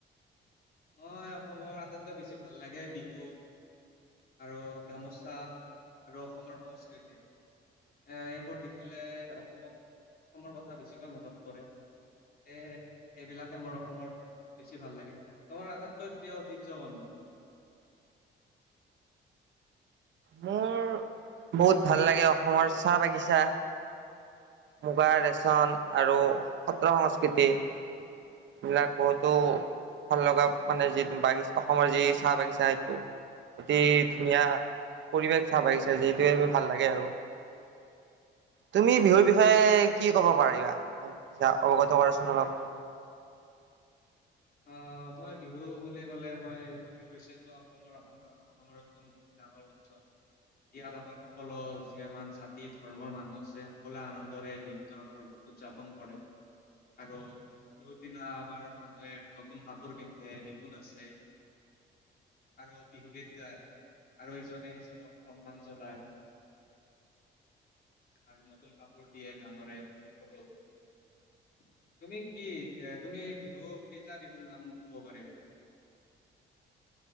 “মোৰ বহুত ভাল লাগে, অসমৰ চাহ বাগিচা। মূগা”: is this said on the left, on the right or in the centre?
Right